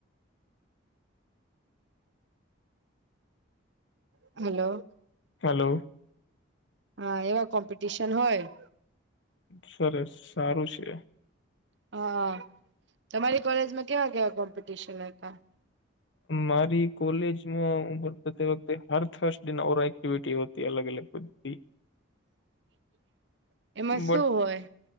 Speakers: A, on the right; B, on the left.
A: હલો.
B: હેલો
A: હા એવા કોમ્પિટિશન હોય
B: સરસ સારું છે.
A: હા હા તમારી કોલેજમાં કેવા કેવા કોમ્પિટિશન હતા
B: મારી કોલેજમાં વખતે હર થર્સ ડે ઓ એક્ટિવિટી હોતી અલગ અલગ બધી
A: <unintelligible> એમાં શું
B: બટ
A: હોય